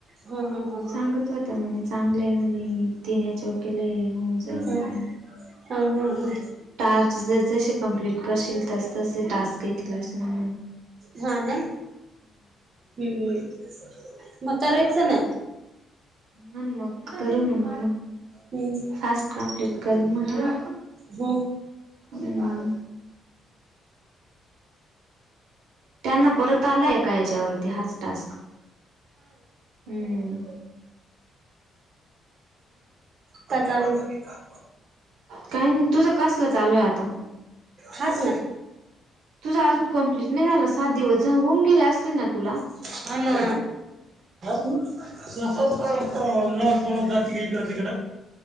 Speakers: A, on the right (about 50°); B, on the right (about 85°).
A: हो ह हो
B: सांगत होता म्हणे चांगलंय म्हणे मी तण्या चौकीला आहे होऊन जाईल
A: ह
B: म्ह
A: हा हा हा
B: टास्कस जसं जसे कंप्लिट करशील जसे जसे टास्क येथील तसा
A: हा ना हम्म मग करायचं ना
B: हा ना मग करून
A: हम्
B: आज कम्प्लीट करू
A: हो
B: हम् त्यांना परत आलाय का हच्यावरती हाच टास्क हम्म
A: काय चालू आहे मग
B: काही नाही तुझं कसलं चालू आहे आता
A: हाच ना
B: तुझा अजून कंप्लीट नाही झाला सात दिवस जा होऊन गेले असतील ना तुला
A: ह ना तु असच करत जा मिळ जात इकड तिकड